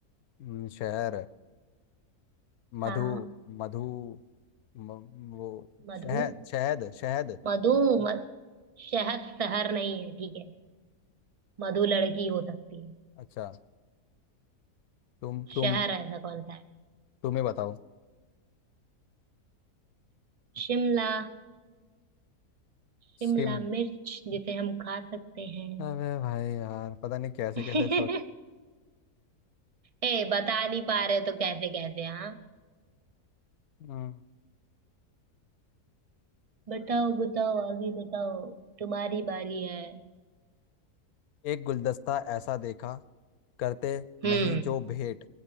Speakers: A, on the left; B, on the right.
A: हम्म, शहर मधु
B: हाँ
A: मधु म, वो
B: मधु
A: शहद शहद शहद
B: मधु म, शहद शहर नहीं है ठीक है मधु लड़की हो सकती है
A: अच्छा तुम तुम
B: शहर ऐसा कौन सा है
A: तुम ही बताओ
B: शिमला शिमला
A: सिम
B: मिर्च जिसे हम खा सकते हैं
A: अबे भाई यार पता नहीं कैसे
B: <laughs>
A: कैसे
B: ए बता नहीं पा रहे तो कैसे कैसे हाँ
A: सोच
B: बताओ बताओ आगे बताओ तुम्हारी बारी है
A: एक गुलदस्ता ऐसा देखा करते
B: हम्म
A: नहीं जो भेंट